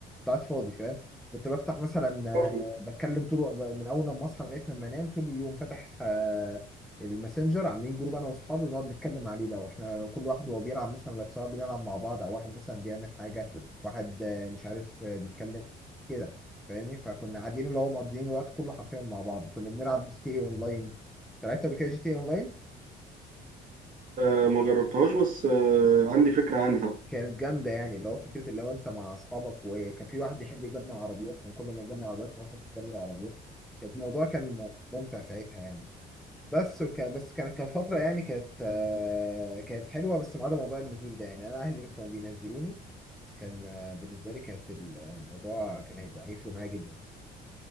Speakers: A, in the centre; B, on the right.
A: قاعد فاضي فاهم كنت بفتح مثلا
B: فاهمك
A: آه، بتكلم طول وق- من اول لما اصحى لغايه لما انام طول اليوم فاتح آه، الماسنجر عاملين جروب انا واصحابي بنقعد نتكلم عليه بقى واحنا كل واحد وهو بيلعب مثلا لو سواء بنلعب مع بعض او واحد مثلا بيعمل حاجه واحد آه، مش عارف آه، بيتكلم كده فاهمني فكنا قاعدين اللي هو مقضيين الوقت كله حرفيا مع بعض كنا بنلعب جي تي اي اونلاين لعبت قبل كده جي تي اي اونلاين
B: آه، ما جربتهاش بس آه، عندي فكرة عنها
A: كانت جامده يعني اللي هو فكره اللي هو انت مع اصحابك وكان في واحد بيحب يجمع عربيات كان كل ما يجمع عربيات راح يشتري عربيات كان الموضوع كان ممتع ساعتها يعني بس وكان بس كانت كان فتره يعني كانت آه، كانت حلوه بس ما عدا موضوع النزول ده يعني انا اهلي كانوا بينزلوني كان آه، بالنسبه لي كانت الموضوع كان هيبقى هيفرق معايا جدا